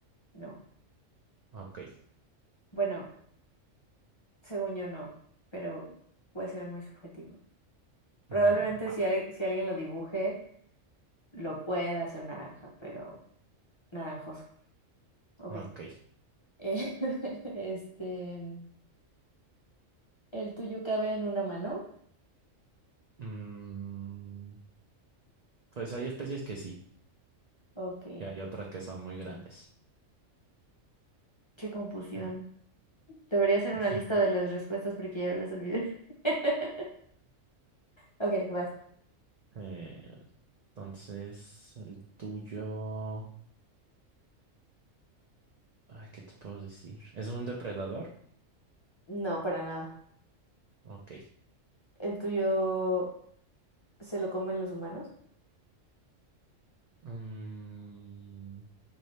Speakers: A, on the left; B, on the right.
A: no.
B: Ok.
A: Bueno, según yo no, pero puede ser muy subjetivo. Probablemente
B: Mm, va.
A: si, al- si alguien lo dibuje, lo pueda hacer naranja, pero naranjoso. Ok.
B: Ok.
A: Eh, <laughs> Este, ¿el tuyo cabe en una mano?
B: Mm, pues hay especies que sí,
A: Ok.
B: y hay otras que son muy grandes.
A: Qué confusión.
B: Eh,
A: Debería hacer
B: <laughs>
A: una lista de las respuestas porque ya las olvidé. <laughs> Ok, vas.
B: Eh, entonces, el tuyo. Ay, ¿qué te puedo decir? ¿Es un depredador?
A: No, para nada.
B: Ok.
A: ¿El tuyo se lo comen los humanos?
B: Mm,